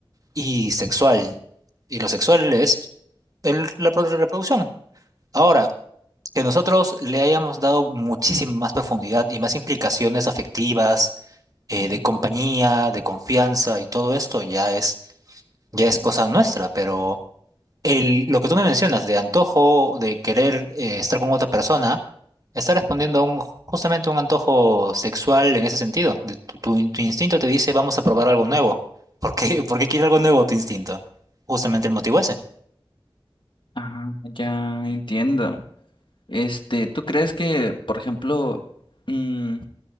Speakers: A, on the right; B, on the left.
A: y sexual. Y lo sexual es el- la pro- la reproducción. Ahora, que nosotros le hayamos dado muchísima más profundidad y más implicaciones afectivas eh, de compañía, de confianza y todo esto ya es, ya es cosa nuestra, pero el, lo que tú me mencionas de antojo, de querer eh, estar con otra persona, está respondiendo a un, justamente a un antojo sexual en ese sentido. De tu, tu- tu instinto te dice, vamos a probar algo nuevo. <laughs> ¿Por qué, por qué quiere algo nuevo tu instinto? Justamente el motivo ese.
B: Ah, ya entiendo. Este, ¿tú crees que, por ejemplo, mm,